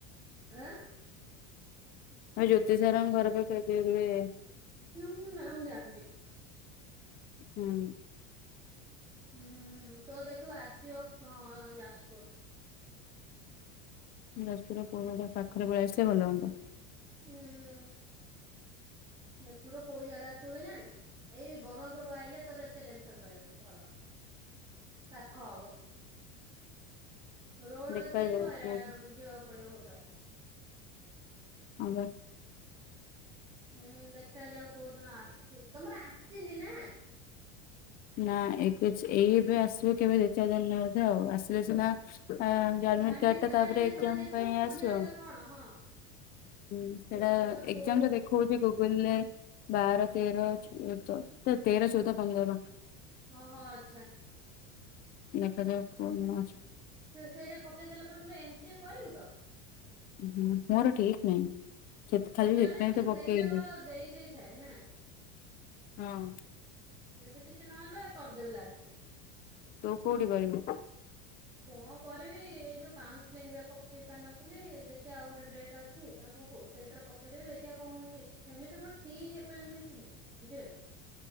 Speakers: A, on the right; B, on the left.
A: ଆ।
B: ଆଉ ଜ୍ୟୋତି ସାରଙ୍କ ଘର ପାଖରେ ଯିଏ ରୁହେ।
A: ହଁ ନା ମୁଁ ଜାଣିନି।
B: ହୁଁ।
A: ହୁଁ ହୁଁ ତୋର ଦେଖିବୁ ଆସିବ କ ଯାଜପୁର।
B: ଯାଜପୁର ପୁରୁଟା ପାଖରେ ପଳେଇ ଆସିଲେ ଭଲ ହୁଅନ୍ତା।
A: ହୁଁ। ଯାଜପୁରର କଉ ଜାଗା ଆସଛି କେଜାଣି। ଏଇ ବରୁଆ ଫରୁଆ ଆଇିଲେ ତୋର ଏତେ ଟେନସନ ରହିବନି ଭଲ।
B: ମ
A: ପାଖ ହବ। ରୋଡ
B: ଦେଖାଯାଉ
A: ଏତେ ଆସିବ ହଇରାଣ
B: କୋଉଠି
A: ଯିବାକୁ ପଡିବ ବହୁତ ବାଟ।
B: ହଁପା।
A: ହୁଁ ଦେଖାଯାଉ କୋଉଦିନ ଆସୁଚି। ତମର ଆସିନି ନା।
B: ନା ଏଇ କିଛି ଏଇ ଏବେ ଆସିବ କେବେ ଦି ଚାରି ଦିନରେ ବୋଧେ ଆଉ। ଆସିଲେ ସିନା ଅଁ ଆଡମିଟ୍
A: ଆଡମିଟ
B: କାର୍ଡଟା
A: କାର୍ଡ
B: ତାପରେ
A: ଆଇଲେ
B: ଏକ୍ଜାମ
A: ସିନା ଦେଖିବୁ
B: ପାଇଁ
A: କୋଉ
B: ଆସିବ।
A: ଜାଗା
B: ହୁଁ
A: କଣ ହଁ କୋଉ
B: ହେଇଟା
A: ଜାଗା କୋଉ
B: ଏକ୍ଜାମ ରେ ଦେଖଉଚି ଗୁଗୁଲରେ। ବାର ତେର ଏକ ତେର ଚୋଉଦ ପନ୍ଦର।
A: ଓ ହୋ ଆଚ୍ଛା।
B: ଦେଖା ଯାଉ କୋଉଦିନ ଆ
A: ସିଏ ସେଇଟା ପକେଇ ସାରିଲା ପରେ ଏମ ସିଏ କରିବୁ ତ?
B: ଉଁ ହୁଁ ମୋର ଠିକ ନାହିଁ। ସେ ଖାଲି
A: ହଉ କାଲି
B: ସେଥିପାଇଁ
A: କିନ୍ତୁ
B: ତ ପକେଇଲି
A: ଦେଇଦବା ଦେଇ ଦେଇଥାଏ ନା।
B: ହୁଁ।
A: ଯଦି କିଛି ନହେଲେ କରିଦେବି ଲାଷ୍ଟକୁୁ।
B: ତୁ କୋଉଠି କରିବୁ?
A: କଣ କରିବି ଏଇ ଯୋଉ କାଉନସଲିଂ ରେ ପକେଇ ପାରିନଥିଲି। ଦେଖିଆ ଆଉ ଗୋଟେ ଡେଟ୍ ଅଛି ଆଗୁ ସେଇଥିରେ ପକେଇଦେବି ଦେଖିବା କଣ ହଉଚି। ସେମିତି ମୋର ଠିକ ଏ ପର୍ଯ୍ୟନ୍ତ କିଛି ହେଇନି ବୁଝିହେଲା।